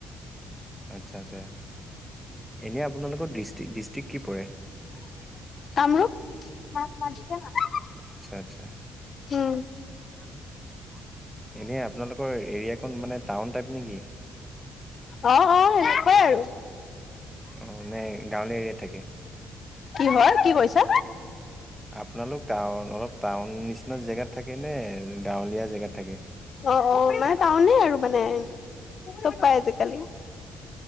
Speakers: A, in the centre; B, on the left.
A: আচ্ছা আচ্ছা এনে আপোনালোকৰ ডিষ্টিক ডিষ্ট্ৰিক্ কি পৰে
B: তামৰো মছ মাজছে ন
A: আচ্ছা আচ্ছা
B: উম
A: এনে আপোনালোকৰ এৰিয়াাক মানে টাউন টাইপ নেকি
B: অ অ এনেকুৱা আৰু
A: অঁ নাই গাঁৱলীয়া এৰিয়াাত থাকে
B: কি হয় কি কৈছা
A: আপোনালোক টাউন অলপ টাউন নিচিনা জেগাত থাকে নে গাঁৱলীয়া জেগাত থাকে
B: অ অ মানে টাউনে আৰু মানে চব পাই আজিকালি